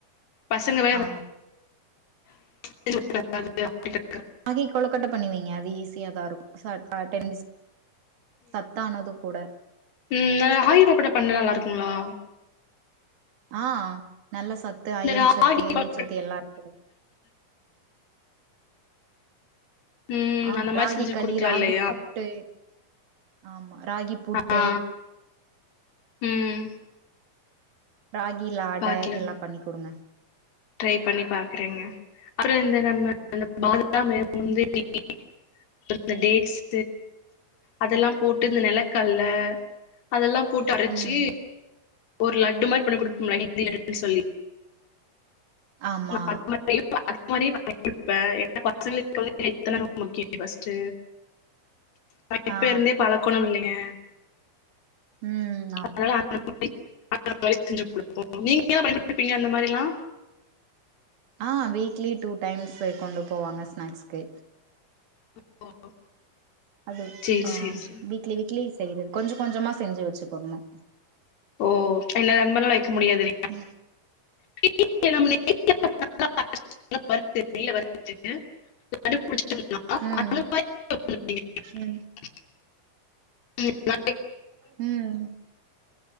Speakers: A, on the left; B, on the right.
A: பசங்க வேற
B: ஆ
A: <inaudible>
B: ராகி கொலக்கட்டை பண்ணிவைங்க அது ஈஸியா தா இருக்கும் <unintelligible> சத்தானதும் கூட
A: ம் ந ராகி கொழுக்கட்ட பண்ணா நல்லா இருக்குங்களா
B: ஆ நல்ல சத்து
A: இந்த
B: அயன்
A: ராகி
B: சத்து இரும்பு
A: கொழுக்கட்
B: சத்து எல்லாம் இருக்கு
A: ம்
B: ஆ
A: அந்த மாரி
B: ராகி
A: செஞ்சு
B: களி
A: குடுக்கலாம்
B: ராகி
A: இல்லையா?
B: பூட்டு ஆமா ராகி புட்டு
A: ஆ ம்
B: ராகில அட
A: பாக்கலாம்.
B: எல்லா பண்ணிக் குடுங்க
A: ட்ரை பண்ணி பாக்குறேங்க அப்புற இந்த நம்ம
B: ம்
A: இந்த பாதாமு முந்திரி அப்புற இந்த டேட்ஸூ அதெல்லா போட்டு இந்த நெலக்கல்ல அதெல்லா போட்டு அரச்சு
B: ம்
A: ஒரு லட்டு மாரி பண்ணி குடுப்போம்ல நைட் டின்னருக்குன் சொல்லி
B: ஆமா
A: நா அது மாரியு அது மாரியு பண்ணி குடுப்பே ஏன்னா பசங்களுக்கு வந்து ஹெல்த் தானே ரொம்ப முக்கிய பஸ்ட் பழக்க இப்ப
B: ஆ
A: இருந்தே பழக்கோணு இல்லைங்க
B: உம்
A: அதனால அந்த மாரி அந்த மாதிரி செஞ்சு குடுப்போம் நீங்க எதுனா பண்ணி குடுப்பீங்க அந்த மாரில்லா
B: ஆ வீக்லி டூ டைம்ஸு கொண்டு போவாங்க ஸ்நாக்ஸ்க்கு
A: <inaudible>
B: அது
A: சேரி
B: ஆ
A: சேரி சேரி
B: வீக்லி வீக்லி செய்யறது கொஞ்சம் கொஞ்சமா செஞ்சு வச்சு போடணு
A: ஓ இல்ல ரொம்ப நாளைக் வைக்க முடியாது இல்லைங்
B: ம்
A: <inaudible> <inaudible>
B: ம்
A: <inaudible>
B: ம் உம்